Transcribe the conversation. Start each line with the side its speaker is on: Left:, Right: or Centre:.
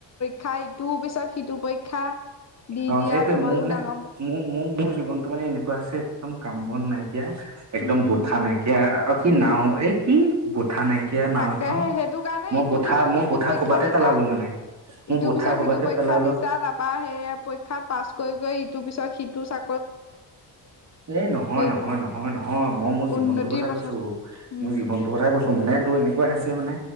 Left: খাই ইটোৰ পিছত সিটো পৰীক্ষা দি
Right: অ
Left: দি
Right: সেইটোয়ে
Left: আৰু তোমালোক
Right: মোৰ মানে
Left: ডাঙৰ
Right: মোৰ মোৰ মোৰ জীৱনটো মানে এনেকোৱা হৈছে একদম কাম বন নাই। এতিয়া একদম
Left: উম
Right: বঠা নাইকিয়া আৰু কি
Left: উম
Right: নাও এই কি বুট ঠা নাইকিয় নাও
Left: তাকেহে
Right: এখন
Left: সেইটো কাৰণে
Right: মই
Left: ইটোৰ
Right: বুঠা
Left: পিছত
Right: মই
Left: সিটো
Right: বুঠা
Left: পৰীক্ষা
Right: ক'বাতে
Left: দিছা
Right: পেলালো মানে। মোৰ
Left: ইটোৰ
Right: বঠা
Left: পিছত
Right: ক'বাতে
Left: সিটো পৰীক্ষা
Right: পেলালো
Left: দিছা তাৰপা সেই পৰীক্ষাত পাছ কৰি কৰি ইটোৰ পিছত সিটো চা
Right: এ নহয় নহয়
Left: পেলাই
Right: নহয় নহয় মই মোৰ জীৱনটো
Left: উন্নতিৰ
Right: কথাই
Left: পথত
Right: কৈছো।
Left: উম
Right: জীৱনটো কথাই কৈছো মানে তো এনে কৈ আছে মানে